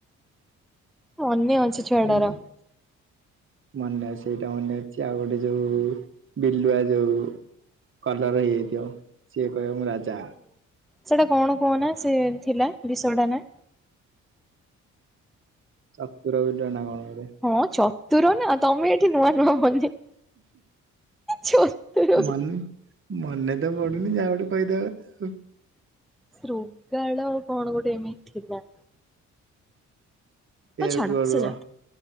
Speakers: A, in the centre; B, on the right.
A: ମନେ ଅଛି ଛଡ଼ାର।
B: ମନେ ଅଛି ମନେ ଅଛି ସେଇଟା ମନେ ଅଛି ଆଉ ଗୋଟେ ଯୋଉ ବିଲୁଆ ଯୋଉ କଲର୍ ହେଇଯାଇ ଥିବ ସିଏ କହିବ ମୁଁ ରାଜା।
A: ସେଟା କଣ କୁହନା ସେ ଥିଲା ବିଷଟା ନା।
B: ଚତୁର ବିଲୁଆ ନା କଣ? ଗୋଟେ
A: ହଁ ଚତୁର ନା ତମେ ଏଠି ନୂଆ ନୂଆ ମନେ ଚତୁର
B: ମାନେ। ମନେ ତ ପଡୁନି ଯାହା ଗଟେ କହି ଦେବା କଥା ଆଉ।
A: ଶୃଗାଳ କଣ ଗୋଟେ ଏମିତି ଥିଲା?
B: କେବେ
A: ହଉ ଛାଡ଼
B: ର।
A: ସେ ଯାଉ।